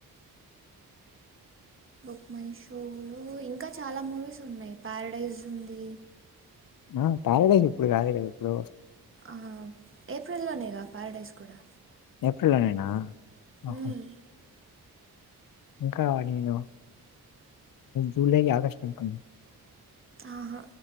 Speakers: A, on the right (about 35°); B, on the left (about 60°).
A: బుక్ మై షోలో ఇంకా చాలా మూవీస్ ఉన్నాయి. ప్యారడైజ్ ఉంది.
B: ఆ ప్యారడైజ్ ఇప్పుడు కాదు కదా ఎప్పుడో వస్
A: ఆ ఏప్రిల్లోనేగా ప్యారడైజ్ కూడా,
B: ఏప్రిల్లోనేనా <unintelligible>
A: మ్మ్.
B: ఇంకా నేను జూలై ఆగస్టు అనుకున్నా.
A: ఆహా